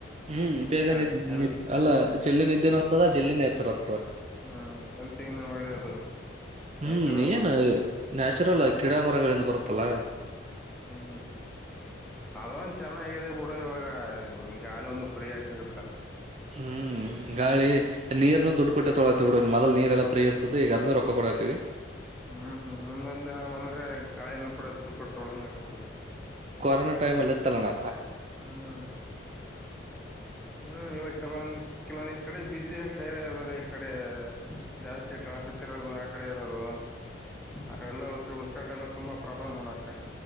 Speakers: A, on the right (about 35°); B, in the centre.
A: ಹ್ಮ್ ಬೇಗ
B: ಅದೇ
A: ನಿದ್ದೆ
B: ಹೆಲ್
A: ನ ಅಲ್ಲ ಜಲ್ಲಿ ನಿದ್ದೆನು ಹ್ತದ <unintelligible> ಜಲ್ನ್ದೀನೆಹೆಚರಾಗ್ತದ.
B: ಹ ಹೆಲ್ತ್ಗನು ಒಳ್ಳೇದು.
A: ಹ್ಮ್,,
B: ನ್ಯಾಚುರಲ್
A: ಏನ... ನ್ಯಾಚುರಲ್ ಗಿಡ ಮರಗಳಿಂದ ಬರುತ್ತಲ್ಲ.
B: ಹ್ಮ್, ಅದೊಂದ ಚೆನ್ನಾಗಿದೆ ಬಿುಡು ಇವಾಗ ಗಾಳಿ ಒಂದು ಫ್ರೀಯಾಗಿ ಸಿಗುತ್ತ.
A: ಹ್ಮ್, ಗಾಳಿ- ನೀರ ದುಡ್ಡು ಕೊಟ್ಟ ತೊಳಾತಿವಿಬಿಡು. ನ್ಮೊದಲ್ ನೀರೆಲ್ಲ ಫ್ರೀಇರ್ತದೆ ಈಗ ಅದನ್ನ ರೊಕ್ಕ ಕೊಡತೀವಿ
B: ಹ್ಮ್, ಮುಂದೊಂದ ದಿನ ಬಂದ್ರೆ ಗಾಳಿನ ಕೂಡ ದುಡ್ಡು ಕೊಡ್ತೊಳಂಗ ಆಗತ್ತವ.
A: ಕೊರೋನಾ ಟೈಮ್ಲಿಇತ್ತಲ್ಲಣ-
B: ಹ್ಮ್, ಹ್ಮ್ ಇವಾಗಚಲೋ.. ಕೆಲಂದ ಇಷ್ಟ ಕಡೆ ಬಿಸಿಷ್ಟ ಎನ ಇರ ಈ ಕಡೆ ಜಾಸ್ತಿ ಟ್ರಾಫಿಕ್ ಇರೋದು. ಆ ಕಡೆ ಇರೋದು ಆಕಡೆಲ್ಲಾ ಉಸರು ಉಸಿರಾಟ ಎಲ್ಲ ತುಂಬಾ ಪ್ರಾಬ್ಲಮ್ ನೋಡಕ.